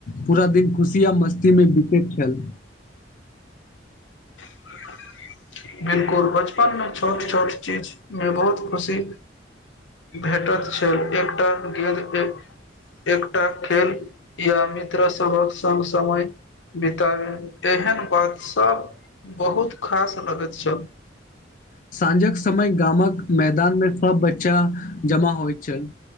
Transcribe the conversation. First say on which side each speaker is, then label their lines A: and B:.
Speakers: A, on the left; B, on the left.
A: पूरा दिन खुशी आ मस्ती मे बितैत छल <inaudible>
B: <inaudible> बिलकुल बचपन में छोट छोट चीज में बहुत खुशी भेटत छल एकटा गेंद एक एकटा खेल या मित्र सभक संग समय बिताबे एहन बात सब बहुत खास लगैत छल
A: साँझक समय गामक मैदान मे सब बच्चा जमा होइत छल